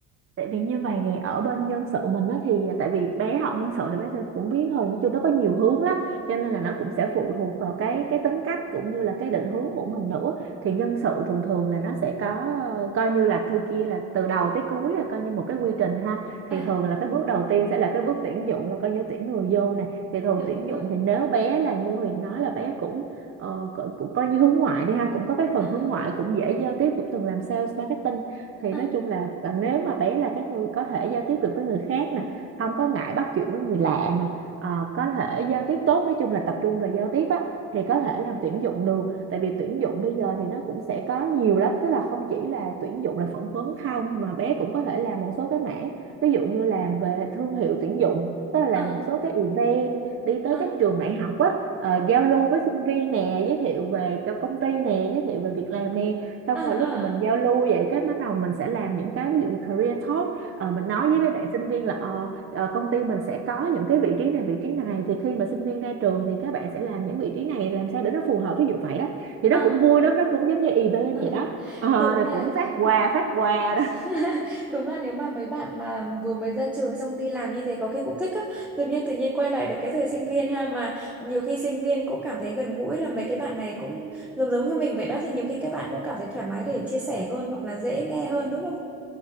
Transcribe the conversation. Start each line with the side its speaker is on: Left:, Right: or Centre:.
Right: Tại vì như vậy nè ở bên nhân sự mình á thì à, tại vì bé học nhân sự thì bé sẽ cũng biết thôi nhưng chung nó có nhiều hướng lắm cho nên là nó cũng sẽ phụ thuộc vào cái cái tính cách cũng như là cái định hướng của mình nữa thì nhân sự thường thường là nó sẽ có ờ, coi như là thôi kia là từ đầu tới cuối là coi như một cái quy trình ha thì
Centre: à
Right: thường là cái bước đầu tiên sẽ là cái bước tuyển dụng là coi như tuyển người vô nè thì thường
Centre: đúng
Right: tuyển
Centre: rồi
Right: dụng thì nếu bé là như Huyền nói là bé cũng ờ, cũng coi như hướng ngoại đi ha cũng có cái phần
Centre: à à
Right: hướng ngoại cũng dễ giao tiếp cũng từng làm sales marketing thì
Centre: à
Right: nói chung là à, nếu mà bé là cái người có thể giao tiếp được với người khác nè không có ngại bắt chuyện với người lạ nè ờ, có thể giao tiếp tốt nói chung là tập trung về giao tiếp á thì có thể làm tuyển dụng được tại vì tuyển dụng bây giờ thì nó cũng sẽ có nhiều lắm tức là không chỉ là tuyển dụng là phỏng vấn không mà bé cũng có thể làm một số cái mảng ví dụ như làm về thương hiệu tuyển dụng tức là làm
Centre: à
Right: một số cái event đi tới
Centre: à
Right: các
Centre: à
Right: trường đại học á ờ, giao lưu với sinh viên nè giới thiệu về cho công ty nè giới thiệu về việc làm nè xong
Centre: à à
Right: rồi lúc mà mình giao
Centre: à à
Right: lưu vậy cái bắt đầu mình sẽ làm những cái ví dụ như career talk Ờ, mình nói với mấy bạn sinh viên là ờ, ờ, công ty mình sẽ có những cái vị trí này vị trí này thì khi mà sinh viên ra trường thì các bạn sẽ làm những vị trí này làm sao để nó phù hợp ví dụ vậy đó thì nó
Centre: à à
Right: cũng vui
Centre: à à.
Right: lắm nó cũng giống như event vậy đó
Centre: <laughs>
Right: Ờ,
Centre: đúng
Right: rồi
Centre: là
Right: cũng phát quà phát quà
Centre: <laughs> Đúng là nếu mà mấy bạn mà vừa mới ra trường xong đi làm như thế có khi cũng thích á, tự nhiên tự nhiên quay lại được cái thời sinh viên ha mà nhiều khi sinh viên cũng cảm thấy gần gũi là mấy cái bạn này cũng giống giống như mình vậy đó thì nhiều khi các bạn cũng cảm thấy thoải mái để chia sẻ hơn hoặc là dễ nghe hơn đúng không?